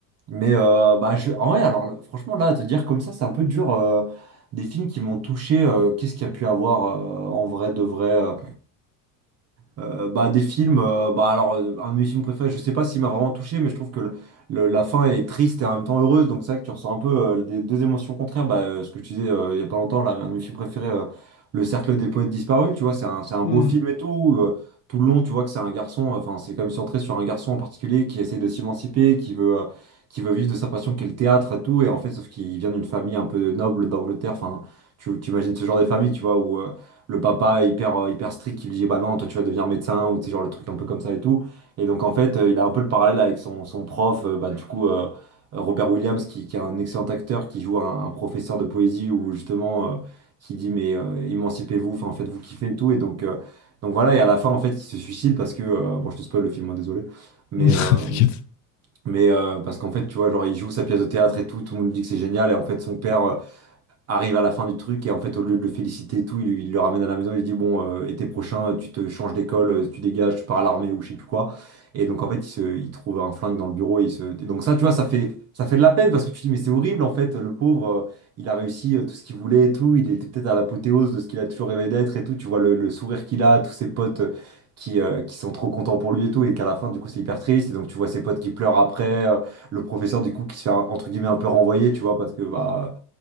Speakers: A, on the right; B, on the left.
A: Mais euh, bah, je... en vrai, alors là, franchement, là, à te dire comme ça, c'est un peu dur. euh, des films qui m'ont touché, euh, qu'est-ce qu'il y a pu avoir euh, en vrai, de vrai. euh, euh, bah, des films, euh, bah, alors, euh, un de mes films préférés, je sais pas s'il m'a vraiment touché, mais je trouve que le- le- la fin est triste et en même temps heureuse, donc c'est vrai que tu ressens un peu euh, des deux émotions contraires. Bah, euh, ce que je te disais euh, il y a pas longtemps, là, un de mes films préférés, euh, Le Cercle des poètes disparus, tu vois, c'est un, c'est un
B: Hmm.
A: beau film et tout. où, euh, tout le long, tu vois que c'est un garçon, euh, enfin, c'est comme centré sur un garçon en particulier qui essaie de s'émanciper, qui veut, euh, qui veut vivre de sa passion qu'est le théâtre et tout, et en fait, sauf qu'il vient d'une famille un peu noble d'Angleterre, enfin, tu tu imagines ce genre de famille, tu vois, où. euh, le papa hyper, euh, hyper strict qui lui dit bah non toi tu vas devenir médecin ou tu sais genre le truc un peu comme ça et tout et donc en fait euh, il a un peu le parallèle avec son, son prof euh, bah du coup euh, Robert Williams qui, qui est un excellent acteur qui joue un, un professeur de poésie où justement euh, qui dit mais euh, émancipez-vous enfin faites-vous kiffer et tout et donc euh, donc voilà et à la fin en fait il se suicide parce que euh, bon je te spoil le film hein, désolé mais
B: <laughs>
A: euh,
B: T'inquiète.
A: mais euh, parce qu'en fait tu vois genre il joue sa pièce de théâtre et tout tout le monde dit que c'est génial et en fait son père euh, arrive à la fin du truc et en fait au lieu de le féliciter et tout, il, lui- il le ramène à la maison, il lui dit bon euh, été prochain tu te changes d'école, euh, tu dégages, tu pars à l'armée ou je sais plus quoi. Et donc en fait il, se, il trouve un flingue dans le bureau et il se et donc ça tu vois ça fait ça fait de la peine parce que tu te dis mais c'est horrible en fait le pauvre euh, il a réussi euh, tout ce qu'il voulait et tout, il était peut-être à l'apothéose de ce qu'il a toujours rêvé d'être et tout, tu vois le, le sourire qu'il a, tous ses potes euh, qui euh, qui sont trop contents pour lui et tout et qu'à la fin du coup c'est hyper triste et donc tu vois ses potes qui pleurent après, euh, le professeur du coup qui se fait un- entre guillemets un peu renvoyer, tu vois parce que bah